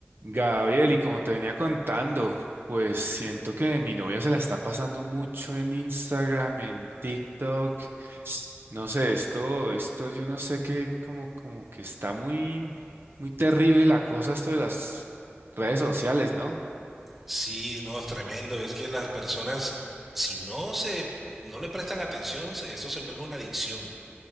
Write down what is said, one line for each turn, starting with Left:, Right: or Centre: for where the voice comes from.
Right: Gabriel, y como te venía contando, pues siento que mi novia se la está pasando mucho en Instagram, en TikTok. No sé, esto, esto yo no sé qué, como, como que está muy, muy terrible la cosa, esto de las redes sociales, ¿no?
Centre: Sí, no, es tremendo. Es que las personas, si no se, no le prestan atención, se- esto se vuelve una adicción.